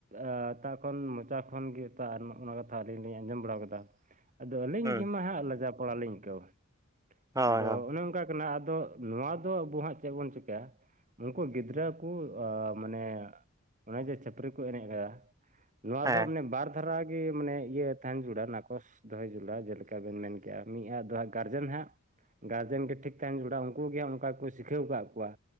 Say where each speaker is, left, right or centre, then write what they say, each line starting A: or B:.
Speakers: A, on the right; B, on the right.
A: ᱟᱻ ᱮᱴᱟᱜ ᱠᱷᱚᱱ ᱢᱚᱪᱟ ᱠᱷᱚᱱ ᱜᱮ ᱚᱱᱟ ᱠᱟᱛᱷᱟ ᱟᱞᱤᱧ ᱞᱤᱧ ᱟᱸᱡᱚᱢ ᱵᱟᱲᱟ ᱟᱠᱟᱫᱟ᱾ ᱟᱫᱚ ᱟᱹᱞᱤᱧ
B: ᱦᱚᱸ
A: ᱜᱮ ᱢᱟ ᱦᱟᱸᱜ ᱞᱟᱡᱟᱣ ᱯᱟᱲᱟᱞᱤᱧ ᱟᱹᱭᱠᱟᱹᱣᱟ
B: ᱦᱳᱭ
A: ᱟᱫᱚ
B: ᱦᱳᱭ
A: ᱚᱱᱮ ᱚᱱᱠᱟ, ᱠᱟᱱᱟ ᱟᱫᱚ ᱱᱚᱣᱟ ᱫᱚ ᱟᱵᱚ ᱦᱟᱸᱜ ᱪᱮᱫ ᱵᱚᱱ ᱪᱤᱠᱟᱭᱟ᱾ ᱩᱱᱠᱩ ᱜᱤᱫᱽᱨᱟᱹ ᱠᱚ ᱢᱟᱱᱮ ᱚᱱᱮ ᱡᱮ ᱪᱷᱟᱹᱯᱤᱨᱤ ᱠᱚ ᱮᱱᱮᱡ ᱟᱠᱟᱫᱟ᱾ ᱱᱚᱣᱟ
B: ᱦᱮᱸ
A: ᱫᱚ ᱢᱟᱱᱮ ᱵᱟᱨ ᱫᱷᱟᱨᱟ ᱜᱮ ᱢᱟᱱᱮ ᱤᱭᱟᱹ ᱛᱟᱦᱮᱱ ᱡᱩᱲᱟᱜ ᱱᱟ ᱠᱚᱥ᱾ ᱫᱚᱦᱚᱭ ᱡᱩᱲᱟᱜᱼᱟ ᱡᱮᱞᱮᱠᱟ ᱵᱮᱱ ᱢᱮᱱ ᱠᱮᱜᱼᱟ ᱢᱤᱫ ᱟ ᱫᱟᱸᱜ ᱜᱟᱨᱡᱮᱱ ᱦᱟᱸᱜ, ᱜᱟᱨᱡᱮᱱ ᱜᱮ ᱴᱷᱤᱠ ᱛᱟᱦᱮᱱ ᱡᱚᱲᱟ ᱩᱱᱠᱩ ᱜᱮ ᱚᱱᱠᱟ ᱜᱮ ᱠᱚ ᱥᱤᱠᱷᱟᱹᱣ ᱟᱠᱟᱫ ᱠᱚᱣᱟ